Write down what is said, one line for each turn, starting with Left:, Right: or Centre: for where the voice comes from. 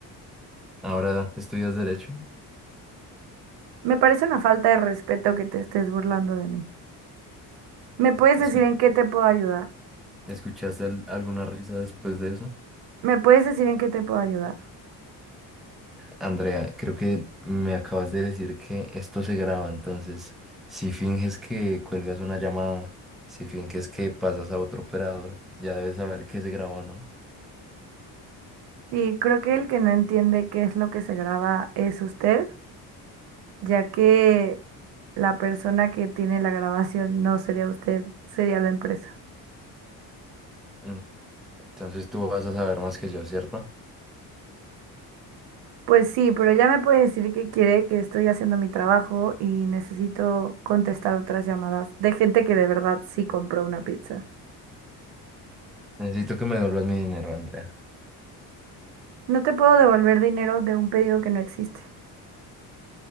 Centre: Ahora estudias derecho.
Right: Me parece una falta de respeto que te estés burlando de mí. ¿Me puedes
Centre: Escu-
Right: decir en qué te puedo ayudar?
Centre: ¿Escuchaste al- alguna risa después de eso?
Right: ¿Me puedes decir en qué te puedo ayudar?
Centre: Andrea, creo que me acabas de decir que esto se graba, entonces si finges que cuelgas una llamada, si finges que pasas a otro operador, ya debes saber que se grabó, ¿no?
Right: Y creo que el que no entiende qué es lo que se graba es usted, ya que la persona que tiene la grabación no sería usted, sería la empresa.
Centre: Mm, Entonces tú vas a saber más que yo, ¿cierto?
Right: Pues sí, pero ya me puede decir que quiere, que estoy haciendo mi trabajo y necesito contestar otras llamadas de gente que de verdad sí compró una pizza.
Centre: Necesito que me devuelvas mi dinero, Andrea.
Right: No te puedo devolver dinero de un pedido que no existe.